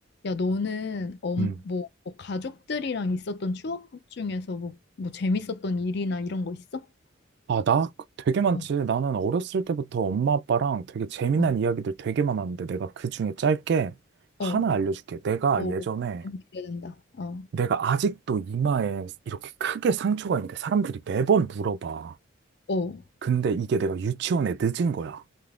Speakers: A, on the left (about 55°); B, on the right (about 55°).
A: 야, 너는 엄
B: 음.
A: 뭐, 뭐 가족들이랑 있었던 추억 중에서 뭐, 뭐 재밌었던 일이나 이런 거 있어?
B: 아, 나 그- 되게 많지.
A: 어,
B: 나는 어렸을 때부터 엄마 아빠랑 되게 재미난
A: 어,
B: 이야기들 되게 많았는데 내가 그 중에 짧게 하나
A: 어,
B: 알려줄게. 내가
A: 어,
B: 예전에
A: 어, 너무 기대된다. 어,
B: 내가 아직도 이마에 이렇게 크게 상처가 있는데 사람들이 매번 물어봐.
A: 어,
B: 근데 이게 내가 유치원에 늦은 거야.